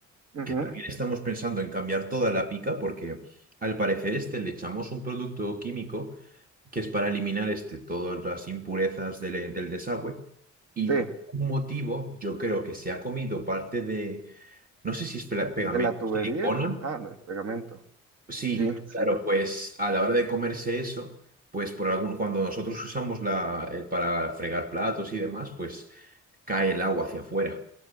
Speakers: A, on the right; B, on the right.
A: Ujú,
B: que también estamos pensando en cambiar toda la pica porque al parecer este le echamos un producto químico que es para eliminar este, todas las impurezas del, eh, del desagüe y
A: Sí,
B: por algún motivo yo creo que se ha comido parte de, no sé si es pela-
A: de
B: pegamento,
A: la tubería,
B: silicona.
A: ah, del pegamento.
B: Sí,
A: Sí, sí.
B: claro, pues a la hora de comerse eso, pues por algún, cuando nosotros usamos la, eh, para fregar platos y demás, pues cae el agua hacia afuera.